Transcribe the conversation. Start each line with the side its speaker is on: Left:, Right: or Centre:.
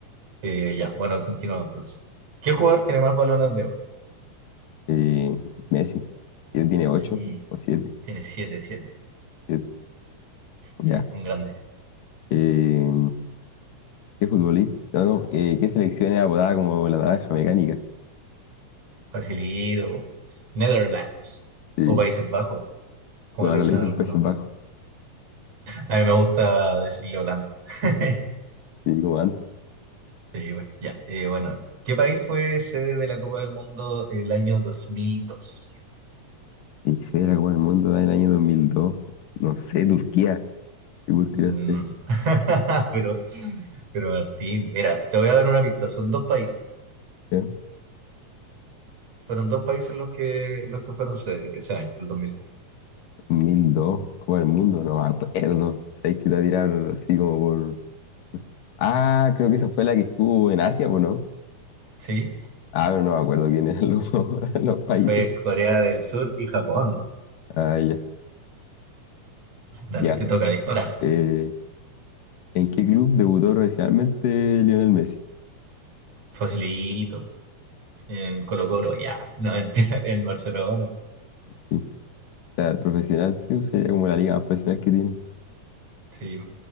Right: Eh, ya, bueno, continuamos entonces. ¿Qué jugador tiene más balones de oro?
Left: Eh, Messi, él tiene ocho
Right: Sí,
Left: o siete,
Right: tiene siete, siete.
Left: siete.
Right: Sí,
Left: Ya.
Right: un grande.
Left: Eh, ¿qué futbolista? No, no, eh, ¿qué selección era apodada como la naranja mecánica?
Right: Facilido, Netherlands
Left: Sí,
Right: o Países Bajos, como
Left: pero
Right: le
Left: ahora
Right: dicen
Left: le dicen
Right: algunos.
Left: Países Bajos,
Right: A mí me gusta decirle Holanda. <laughs>
Left: sí, como antes.
Right: Sí, güey. Ya, eh, bueno, ¿qué país fue sede de la Copa del Mundo el año 2002?
Left: Y se la Copa del Mundo en el año 2002? no sé, Turquía, ¿qué por tiraste?
Right: Mm, No, no. <laughs> Pero, pero Martín, mira, te voy a dar una pista, son dos países,
Left: ¿Ya? dos,
Right: fueron dos países los que, los que fueron sede ese año, el dos mil dos.
Left: mil dos, Copa del Mundo, no me acuerdo. Sabéis que te va a tirar así como por Ah, creo que esa fue la que estuvo en Asia, ¿o no?
Right: Sí,
Left: Ah, pero no me acuerdo quiénes eran los, <laughs> los países.
Right: fue Corea del Sur y Japón.
Left: Ah, ya,
Right: Dale,
Left: ya.
Right: te toca disparar.
Left: Eh, ¿en qué club debutó profesionalmente Lionel Messi?
Right: Facilito, en Colo-Colo, ya, <laughs> no, mentira, en Barcelona.
Left: Sí. O sea, profesional sí, sería como la liga más profesional que tiene.
Right: Sí,